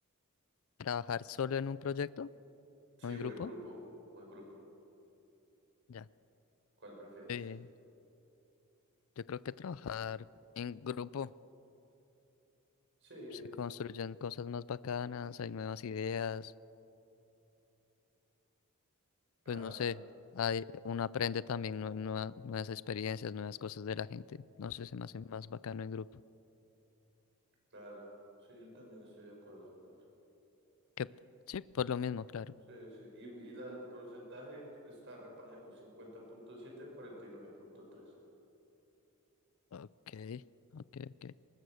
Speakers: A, on the left; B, on the right.
A: ¿Trabajar solo en un proyecto
B: Sí,
A: o en
B: o
A: grupo?
B: en grupo, o en grupo.
A: Ya.
B: ¿Cuál prefieres?
A: Eh, yo creo que trabajar en grupo
B: Sí, es,
A: se construyen cosas más bacanas, hay nuevas ideas,
B: claro,
A: pues no sé,
B: sí,
A: hay, uno aprende también nue- nueva- nuevas experiencias, nuevas cosas de la gente. No sé, se me hace más bacano en grupo.
B: claro. Sí, yo también estoy de acuerdo, brother.
A: Que, sí, por lo mismo, claro.
B: Sí, sí. Y, y el porcentaje está reparejo, cincuenta punto siete a cuarenta y nueve punto tres.
A: Ok, ok, ok.